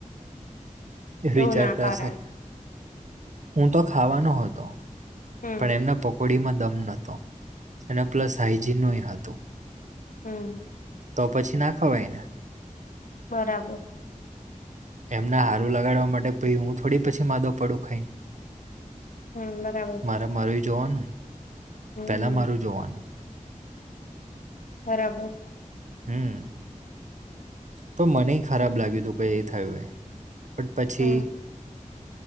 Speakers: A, on the right (about 60°); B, on the left (about 75°).
A: એ વિચારતા
B: એવું ના કરાય
A: હશે, હું તો ખાવાનો હતો.
B: હમ
A: પણ એમના પકોડીમાં દમ નહોતો અને પ્લસ હાાઈજીનનું હતું.
B: હમ્મ.
A: તો પછી ના ખવાય ને?
B: બરાબર.
A: એમના હારું લગાડવા માટે પછી હું થોડી પછી માદો પડું ખાઈને.
B: હમ્મ, બરાબર.
A: મારે મારું જોવાનું ને,
B: હમ
A: પહેલાં મારું જોવાનું.
B: બરાબર.
A: હમ્મ. તો મને ખરાબ લાગ્યું હતું કે એ થયું એ, બટ પછી
B: હમ